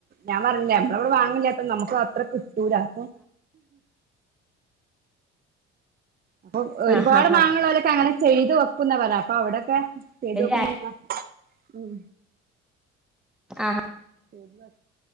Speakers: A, on the right; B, in the centre.
A: ഞാൻ പറഞ്ഞില്ലേ നമ്മടെ ഇവിടെ വാങ്ങലാത്ര നമ്മുക്ക് അത്ര രു രാസോ അപ്പൊ ഒരുപാട്
B: ആ ആ
A: മാങ്ങൾലൊക്കെ
B: ആ
A: അങ്ങനെ ചെയ്തു വെക്കുന്നവരാ അപ്പൊ അവിടൊക്കെ ഏതോക്കെ
B: വല്യ
A: <unintelligible> ഉം
B: ആ ആ
A: ശരി വ